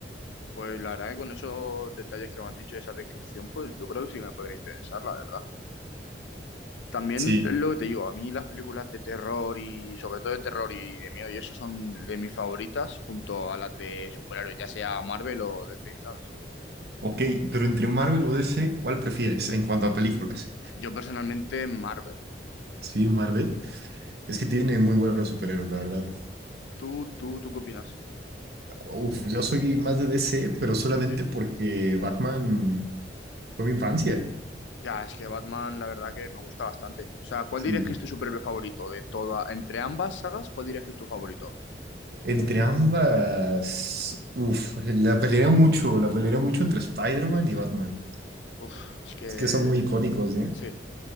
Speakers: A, on the left; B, on the right.
A: Pues la verdad que con esos detalles que me has dicho, esa descripción, pues yo creo que sí me podría interesar, la verdad. También
B: Sí. la-
A: es lo que te digo, a mí las películas de terror y sobre todo de terror y de miedo y eso son de mis favoritas junto a las de superhéroes, ya sea Marvel o DC, ¿sabes?
B: Ok, pero entre Marvel o DC, ¿cuál prefieres en cuanto a películas?
A: Yo personalmente Marvel.
B: Sí, Marvel. Es que tiene muy buenos superhéroes, la verdad.
A: ¿Tú, tú, tú qué opinas?
B: Uf, yo soy más de DC, pero solamente
A: ¿Sí?
B: porque Batman fue mi infancia.
A: Ya, es que Batman la verdad que me gusta bastante. O sea, ¿cuál
B: Sí.
A: dirías que es tu superhéroe favorito de toda, entre ambas sagas, cuál dirías que es tu favorito?
B: Entre ambas, uf, la pelearía mucho, la pelearía mucho entre Spider-Man y Batman.
A: Uf, es que
B: Es que son muy icónicos, ¿no?
A: sí.